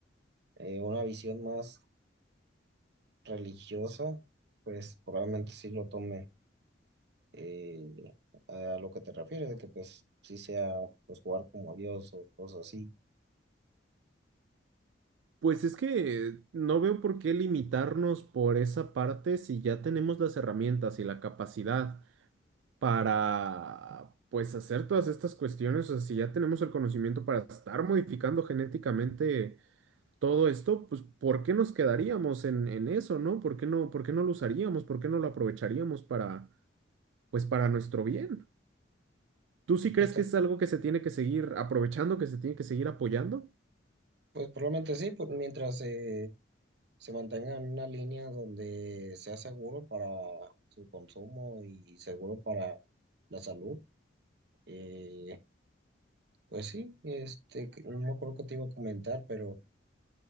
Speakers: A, on the right; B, on the right.
A: eh, una visión más religiosa, pues probablemente sí lo tome eh, a lo que te refieres, de que pues sí sea pues jugar como a Dios o cosas así.
B: Pues es que no veo por qué limitarnos por esa parte si ya tenemos las herramientas y la capacidad para, pues hacer todas estas cuestiones, o sea, si ya tenemos el conocimiento para estar modificando genéticamente todo esto, pues ¿por qué nos quedaríamos en, en eso, no? ¿Por qué no, por qué no lo usaríamos? ¿Por qué no lo aprovecharíamos para, pues para nuestro bien? ¿Tú sí
A: Y pues,
B: crees
A: to-
B: que es algo que se tiene que seguir aprovechando, que se tiene que seguir apoyando?
A: pues probablemente sí, pues mientras eh, se mantenga en una línea donde sea seguro para su consumo y seguro para la salud. eh, Pues sí, este, que- no me acuerdo que te iba a comentar, pero